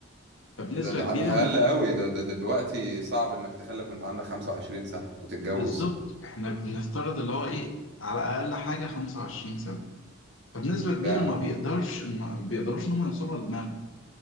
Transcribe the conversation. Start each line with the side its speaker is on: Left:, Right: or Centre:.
Left: فبنسبه
Right: ده, ده على
Left: كبيره
Right: الاقل
Left: ما-
Right: قوي ده, ده دلوقتي صعب انك تخلف وانت عندك 25 سنه وتتجوز
Left: بالظبط احنا بنفترض اللي هو ايه على اقل حاجه 25 سنه فبنسبه كبيره
Right: ده
Left: ما بيقدرش ان ما بيقدروش ان هم يوصلوا لدماغك